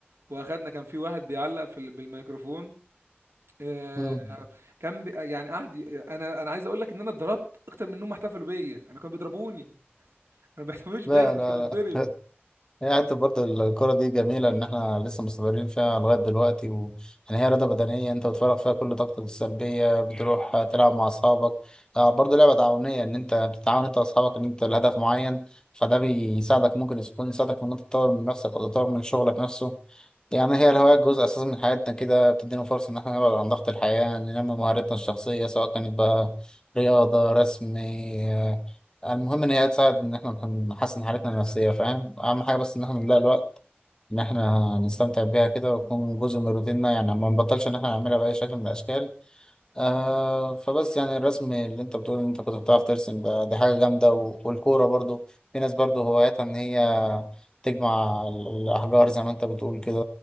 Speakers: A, on the right (about 85°); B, on the left (about 20°).
A: واخدنا كان في واحد بيعلق في ال- بالميكروفون آه،
B: مم.
A: كان بي يعني قعد ي- انا انا عايز اقول لك ان انا اتضربت اكتر من انهم احتفلوا بيا انا كانوا بيضربوني انا ما بيحتفلوش
B: لا
A: بيا انا كنت
B: لا
A: بتضرب
B: لا هي حتى برضه الكرة دي جميلة إن إحنا لسه مستمرين فيها لغاية دلوقتي و... يعني هي رياضة بدنية أنت بتفرغ فيها كل طاقتك السلبية بتروح تلعب مع أصحابك آه برضه لعبة تعاونية إن أنت بتتعاون أنت وأصحابك إن أنت لهدف معين فده بيساعدك ممكن يكون يساعدك إن أنت تطور من نفسك أو تطور من شغلك نفسه يعني هي الهوايات جزء أساسي من حياتنا كده بتدينا فرصة إن إحنا نبعد عن ضغط الحياة ننمي مهاراتنا الشخصية سواء كانت بقى رياضة رسم آه، يعني المهم إن هي تساعد إن إحنا نحسن حالتنا النفسية فاهم أهم حاجة بس إن إحنا نلاقي الوقت إن إحنا نستمتع بيها كده ويكون جزء من روتيننا يعني ما نبطلش إن إحنا نعملها بأي شكل من الأشكال آه فبس يعني الرسم اللي أنت بتقول إن أنت كنت بتعرف ترسم ده دي حاجة جامدة و- والكورة برضو في ناس برضو هواياتها إن هي تجمع ال- الأحجار زي ما أنت بتقول كده